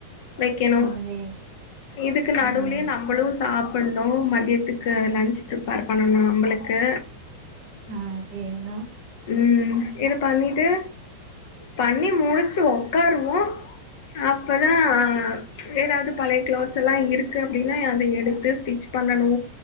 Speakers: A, on the left; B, on the right.
A: வெக்கணோ
B: அதே
A: இதுக்கு நடுவுலயே
B: ம்
A: நம்புளோ சாப் பன்னோ மதியத்துக்கு லன்ச் ப்ரிப்பேர் பண்ணணோ நம்பளுக்கு
B: ஆ கேக்குதா
A: ம் இது பண்ணிட்டு பண்ணி முடிச்சி ஒக்காருவோ அப்போ தா வாங்க சேராத பழைய கிளாத்ஸ்ல்லா இருக்கு அப்டின்னா அத எடுத்து ஸ்டிச் பண்ணனோ